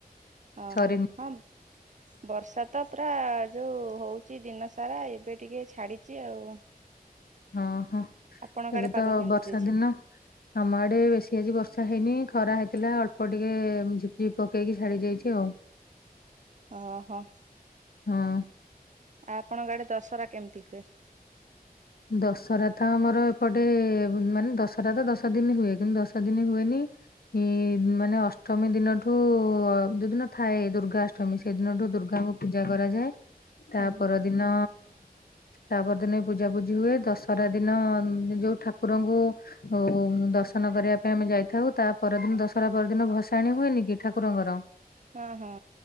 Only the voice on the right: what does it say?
ଓହୋ
ହମ୍।
ବର୍ଷା ତ ପୁରା ଯଉ ହେଉଛି ଦିନସାରା ଏବେ ଟିକିଏ ଛାଡ଼ିଚି ଆଉ।
ଆପଣଙ୍କ
ଆଡେ ପାଗ
କେମିତି
ଦେଇଛି?
ଅ ହ।
ଆପଣଙ୍କ ଆଡେ ଦଶହରା କେମିତି ହୁଏ?
ହୁଁ
ହଁ ହଁ।